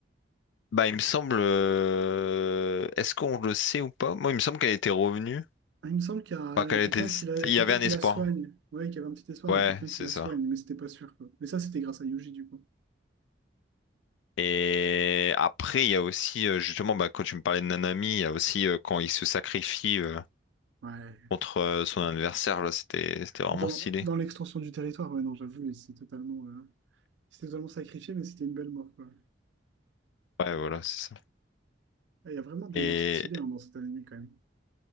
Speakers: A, on the left (about 80°); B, on the right (about 75°).
A: bah, il me semble, euh, est-ce qu'on le sait ou pas? Moi, il me semble qu'elle était revenue.
B: Ah, Il me semble qu'il y a euh,
A: Enfin, qu'elle
B: quelqu'un
A: était...
B: qui la,
A: Il
B: quelqu'un
A: y avait un
B: qui
A: espoir.
B: la soigne. Ouais, qu'il y avait un petit espoir
A: Ouais,
B: avec quelqu'un
A: c'est
B: qui la
A: ça.
B: soigne, mais c'était pas sûr, quoi. Mais ça, c'était grâce à Yuji, du coup.
A: Et après, il y a aussi, euh, justement, bah, quand tu me parlais de Nanami, il y a aussi euh, quand il se sacrifie euh,
B: Ouais.
A: contre euh, son adversaire, là, c'était, c'était vraiment
B: Dans,
A: stylé.
B: dans l'extension du territoire, ouais, non, j'avoue, c'est totalement, euh, c'est totalement sacrifié, mais c'était une belle mort, quoi.
A: Ouais, voilà, c'est ça.
B: Ah, Il y a vraiment des
A: Et
B: morts stylées hein, dans cette anime, quand même.